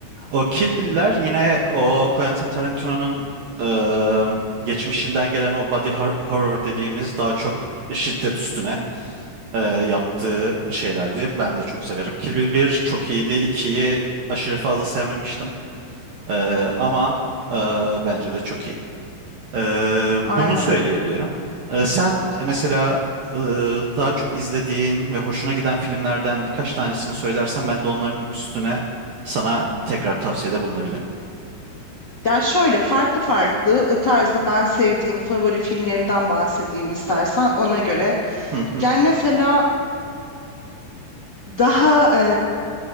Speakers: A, on the right; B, on the left.
A: O Kill Bill'ler yine o Quentin Tarantino'nun e, geçmişinden gelen o body hor- horror dediğimiz daha çok şiddet üstüne e, yaptığı şeylerdi. Ben de çok severim. Kill Bill 1 çok iyiydi. ikiyi aşırı fazla sevmemiştim. E, ama e, bence de çok iyi. E,
B: Aynen.
A: bunu söyleyebilirim. E, sen mesela e, daha çok izlediğin ve hoşuna giden filmlerden birkaç tanesini söylersen ben de onların üstüne sana tekrar tavsiyede bulunabilirim.
B: Ya şöyle farklı farklı ıı, tarzda ben sevdiğim favori filmlerimden bahsedeyim istersen ona göre.
A: Hı hı
B: Gel mesela daha e,